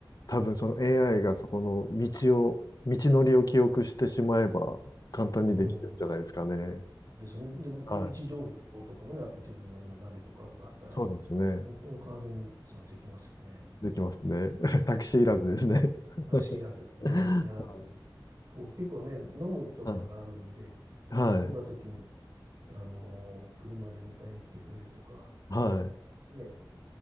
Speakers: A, on the left; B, on the right.
A: 多分その AI がそこの道を、道のりを記憶してしまえば簡単にできるんじゃないですかね。
B: うん。ですよね。でも、
A: はい。
B: 位置情報とかもね、あって地図の今ナビとかがあったら、
A: そうですね。
B: もう完全にそのできますよね。
A: できますね。<laughs> タクシーいらずですね。
B: タクシーいらずですね。
A: <laughs>
B: いや、
A: は
B: こう結構ね、飲むとかがあるんで、
A: い。はい。
B: 飲んだ時に、あのー車で迎えに来てくれるとか、
A: はい。はい
B: ね、